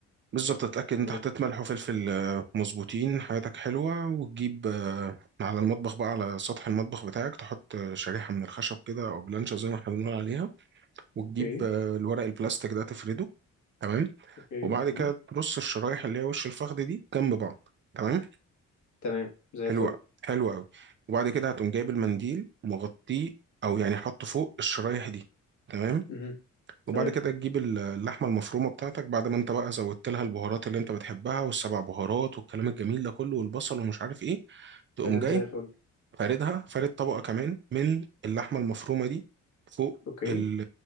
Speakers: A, on the right (about 40°); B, on the left (about 75°).
A: بالظبط تتأكد
B: تمام
A: انت حطيت ملح وفلفل آه، مظبوطين حياتك حلوة وتجيب آه، على المطبخ بقى على سطح المطبخ بتاعك تحط آه، شريحة من الخشب كده أو بلانشة زي ما احنا بنقول عليها وتجيب
B: اوكي
A: آه، الورق البلاستيك ده تفرده تمام
B: اوكي
A: وبعد كده
B: امم
A: ترص الشرايح اللي هي وش الفخذ دي جنب بعض تمام
B: تمام زي
A: حلو
B: الفل
A: أوي حلو أوي وبعد كده هتقوم جايب المنديل مغطيه أو يعني حطه فوق الشرايح دي تمام
B: امم
A: وبعد
B: تمام
A: كده تجيب ال- اللحمة المفرومة بتاعتك بعد ما انت بقى زودت لها البهارات اللي انت بتحبها والسبع بهارات والكلام الجميل ده كله والبصل ومش عارف ايه تقوم
B: كلام
A: جاي
B: زي الفل
A: فاردها فارد طبقة كمان من اللحمة المفرومة دي فوق
B: اوكي
A: ال